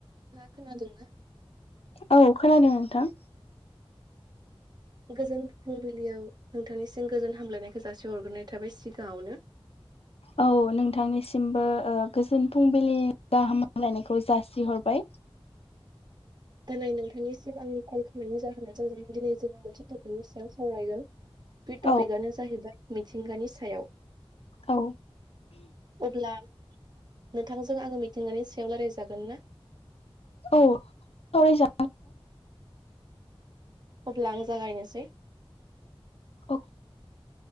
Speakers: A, on the right; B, on the left.
A: नोंथाङा खोनादों ना?
B: औ खोनादों नोंथां।
A: गोजोन फुंबिलियाव नोंथांनिसिम गोजोन हामलायनायखौ जासे हरग्रोनाय थाबाय सिगाङावनो।
B: औ नोंथांनिसिमबो ओ गोजोन फुंबिलिनि गाहाम हामग्लायनायखौ जासिहरबाय।
A: दनै नोंथांनिसिम आंनि कल खालामनायनि जाहोनानो जादों दिनै जोङो मोनसे टपिकनि सायाव सावरायगोन। बे टपिकआनो
B: औ
A: जाहैबाय मिथिंगानि सायाव।
B: औ
A: अब्ला नोंथांजों आङो मिथिंगानि सायाव रायलायजागोन ना?
B: औ सावरायजा
A: अब्ला आं जागायनोसै।
B: अक